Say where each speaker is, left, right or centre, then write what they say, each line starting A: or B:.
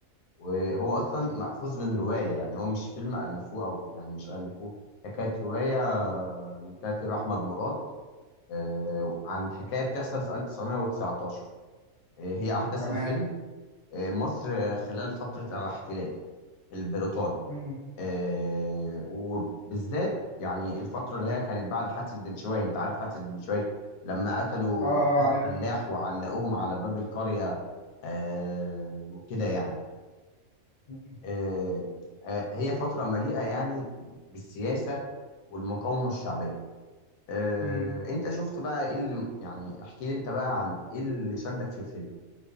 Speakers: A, on the left; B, on the left.
A: وهو أصلا مأخوذ من رواية يعني هو مش فيلم ألفوه أو يعني مش ألفوه هي كانت رواية آه، للكاتب أحمد مراد آه، عن حكاية بتحصل في 1919 آه، هي أحداث
B: تمام
A: الفيلم آه، مصر خلال فترة الاحتلال البريطاني
B: مم.
A: آه وبالذات يعني الفترة اللي هي كانت بعد حادثة دنشواي انت عارف حادثة دنشواي لما قتلوا
B: اه اه
A: كذا
B: عارف
A: فلاح وعلقوهم على باب القرية آه وكده يعني
B: مم.
A: آه آه هي فترة مليئة يعني بالسياسة والمقاومة الشعبية آه
B: مم.
A: انت شفت بقى ايه اللي يعني احكي لي انت بقى عن ايه اللي شدك في الفيلم